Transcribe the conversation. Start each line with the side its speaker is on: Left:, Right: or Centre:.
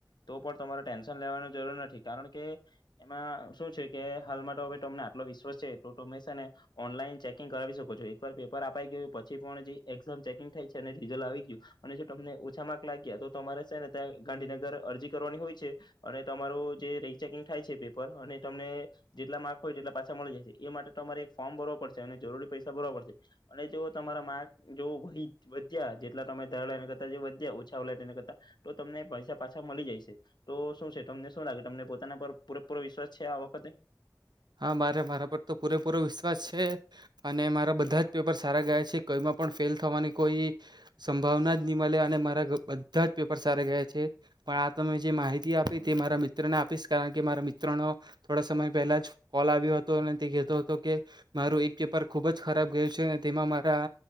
Left: તો પણ તમારે ટેન્શન લેવાની જરૂર નથી કારણ કે એમાં શું છે કે હાલ મા તો હવે તમને આટલો વિશ્વાસ છે તો તમે છે ને ઓનલાઈન ચેકિંગ કરાવી શકો છો એકવાર પેપર અપાઈ ગયો હોય પછી પણ જે એક સર ચેકીંગ થાય રિઝલ આવી ગયું અને જો તમને ઓછા માર્ક લાગ્યા તો તમારે છે ને ત્યાં ગાંધીનગર અરજી કરવાની હોય છે અને તમારું જે રીચેકિંગ થાય છે પેપર અને તમને જેટલા માર્ક હોય એટલા પાછા મળી જાય છે એ માટે તમારે એક ફોર્મ ભરવો પડશે અને જરૂરી પૈસા ભરવવા પડશે અને જો તમારા માર્ક જો વહી વધ્યા જેટલા તમે ધરાલા એને કરતા જે વધ્યા ઓછા આવેલા તેને કરતા તો તમને પૈસા પાછા મલી જાય છે તો શું છે તમને શું લાગે તમને પોતાના પર પૂરેપૂરો વિશ્વાસ છે આ વખતે.
Right: હા મારે મારા પર તો પૂરેપૂરો વિશ્વાસ છે અને મારા બધા જ પેપર સારા ગયા છે કોઈમાં પણ ફેલ થવાની કોઈ સંભાવના જ ની મલે અને મારા બધા જ પેપર સારા ગયા છે પણ આ તમે જે માહિતી આપી તે મારા મિત્રને આપીશ કારણ કે મારા મિત્રનો થોડા સમય પહેલા જ કોલ આવ્યો હતો અને તે કહેતો હતો કે મારું એક પેપર ખૂબ જ ખરાબ ગયું છે અને તેમાં મારા